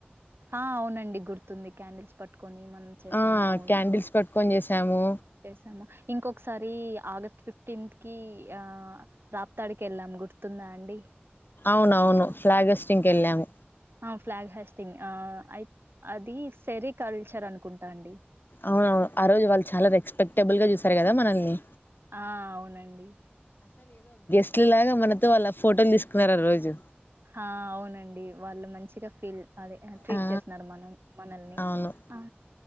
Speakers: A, on the right; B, on the left.
A: ఆ అవునండి గుర్తుంది క్యాండిల్స్ పట్టుకొని మనం చేసాము
B: ఆ
A: అవును
B: క్యాండిల్స్ పట్టుకొని చేసాము
A: చేసామ ఇంకొకసారి ఆగస్ట్ ఫిఫ్టీన్త్ కీ ఆ రాప్తాడికి ఎళ్ళాం గుర్తుందా అండి
B: అవునవును ఫ్లాగ్ హోస్టింగ్ కి వెళ్ళాము
A: ఆ ఫ్లాగ్హోస్టింగ్ ఆ అయి అది సేరిక్ కల్చర్ అనుకుంటా అండి
B: అవునవును ఆ రోజు వాళ్ళు చాలా రెస్పెక్టబుల్ గా చూసారు గదా మనల్ని
A: ఆ అవునండి
B: ఇట్లగా మనతో వాళ్ళ ఫోటోలు తీసుకున్నరు ఆ రోజు
A: హ అవునండి వాళ్ళు మంచిగా ఫీల్ అదే ట్రీట్
B: ఆ
A: చేసినారు మనం మనల్ని
B: అవును
A: ఆ